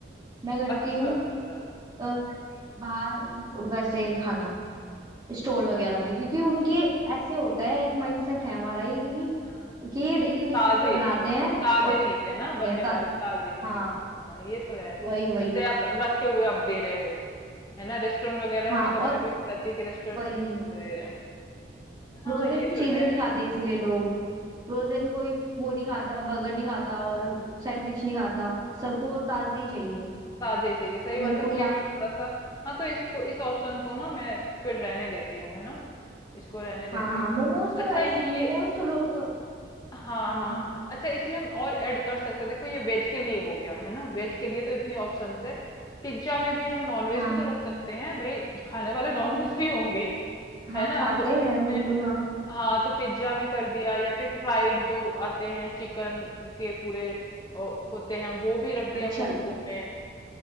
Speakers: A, on the right; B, on the left.
A: मैं करती
B: अच्छा
A: हूँ
B: अच्छा
A: अ, वैसे, बाहर वैसे खाना स्टॉल वगैरह पे क्योंकि उनके ऐसे होता है एक माइंडसेट है हमारा ये क्योंकि
B: हाँ
A: कि ये डेली बेसिस
B: ताजे
A: पे बनाते हैं
B: ताजे
A: और daily
B: चीज है ना
A: बनाते
B: बनने
A: हैं ताजी
B: वाले ताजे
A: हाँ
B: हाँ हाँ ये तो है
A: वही वही
B: वैसे आप रखे हुए आप दे रहे हो है ना रेस्टोरेंट वगैरह
A: हाँ
B: में कभी
A: और
B: कभी हो जाती है कि रेस्टोरेंट
A: वही
B: रखे हुए दे रहे हो हाँ
A: फ्रोजन
B: ये
A: चीजें
B: तो है
A: नहीं खाते इसीलिए लोग फ्रोजन कोई वो नहीं खाता बर्गर नहीं खाता और सैंडविच नहीं खाता सबको ताजे ही चाहिए
B: ताजे ही चाहिए सही
A: अगर
B: बात
A: कोई
B: है फ्लेवर
A: आप
B: थोड़ा सा हाँ तो इसको इस ऑप्शन को ना मैं फिर रहने देती हूँ है ना इसको रहने देती
A: हाँ हाँ
B: हूँ
A: मोमोज तो
B: अच्छा
A: ऐसे
B: ये
A: मोमोज तो लोग
B: हाँ
A: हाँ
B: हाँ अच्छा इसमें हम और ऐड कर सकते हैं देखो ये वेज के लिए हो गया है ना वेज के लिए तो इतनी ऑप्शन है पिज्जा में भी हम नॉन वेज
A: हाँ
B: भी तो रख सकते हैं भाई जो खाने वाले नॉन वेज भी होंगे
A: हाँ
B: है ना
A: खाते
B: तो
A: हैं
B: उसमें
A: बिल्कुल हाँ
B: हाँ तो पिज्जा में कर दिया या फिर फ्राइड जो आते हैं चिकन के पूरे अ, होते हैं वो भी रख
A: अच्छा
B: दिया कॉम्बो में